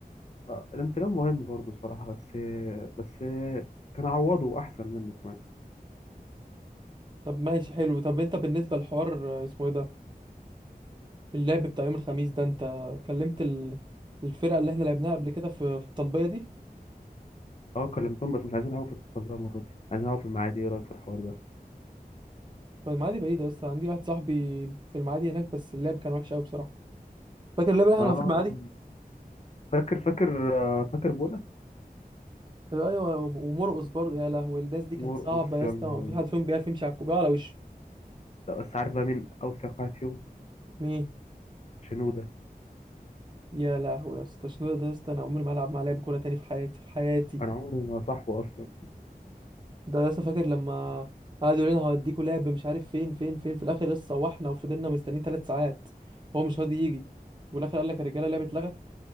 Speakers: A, on the left (about 45°); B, on the right (about 30°).
A: آه، الانسجام مهم برضه الصراحة بس بس كان عوضه أحسن منه كمان
B: طب ماشي حلو طب انت بالنسبه للحوار آه، اسمه ايه ده اللعب بتاع يوم الخميس ده انت كلمت ال- الفرقة اللي احنا لعبناها قبل كده في في الطلبية دي
A: اه كلمتهم بس مش عايزين نعوض في التربية المرة دي عايزين نعوض في المعادي ايه رأيك في الحوار ده؟
B: فالمعادي بعيدة بس عندي واحد صاحبي في المعادي هناك بس اللعب كان وحش قوي بصراحة فاكر اللعب اللي
A: اه
B: احنا كنا في المعادي
A: فاكر فاكر آه، فاكر بولا
B: ايوه ومرقص برضه يا لهوي الناس دي كانت
A: مرقص
B: صعبة يا
A: يا
B: اسطى
A: نهار
B: ما في
A: أسود.
B: حد فيهم بيعرف يمشي على الكوباية على وشه
A: لا بس عارف بقى مين أوسخ واحد فيهم؟
B: مين
A: شنودة
B: يا لهوي يا اسطى شنو ده يا اسطى انا عمري ما هلعب مع لعب كورة تاني في حياتي في حياتي
A: أنا عمري ما صاحبه أصلا
B: ده يا اسطى فاكر لما قعد يقول لنا هوديكوا لعب مش عارف فين فين فين في الاخر لسه روحنا وفضلنا مستنيين ثلاث ساعات وهو مش راضي يجي وفي الاخر قال لك يا رجاله اللعبه اتلغت